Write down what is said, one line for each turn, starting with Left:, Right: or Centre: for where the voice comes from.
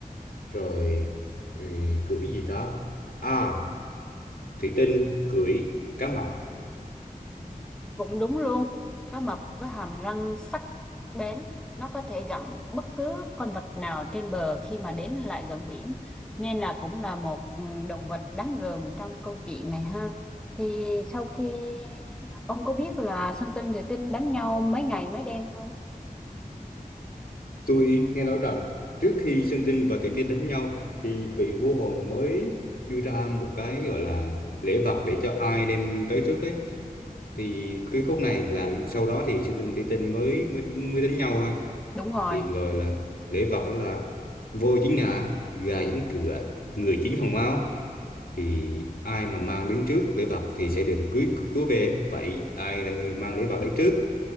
Left: rồi ừ, cưỡi gì đó. À, Thủy Tinh cưỡi cá mập.
Centre: Cũng đúng luôn, cá mập với hàm răng sắc bén, nó có thể gặm bất cứ con vật nào trên bờ khi mà đến lại gần biển, nên là cũng là một ừ, động vật đáng gờm trong câu chuyện này ha. Thì sau khi ông có biết là Sơn Tinh Thủy Tinh đánh nhau mấy ngày mấy đêm không?
Left: Tôi nghe nói rằng trước khi Sơn Tinh và Thủy Tiên đánh nhau thì vị vua hồn mới đưa ra một cái gọi là lễ vật để cho ai đem tới trước ấy. Thì cái khúc này là sau đó thì Sơn Tinh Thủy Tiên mới mới mới đánh nhau ha.
Centre: Đúng rồi.
Left: Thì gọi là lễ vật đó là voi chín ngà, gà chín cựa, người chín hồng mao. Thì ai mà mang đến trước lễ vật thì sẽ được cưới công chúa về. Vậy ai là người mang lễ vật đến trước?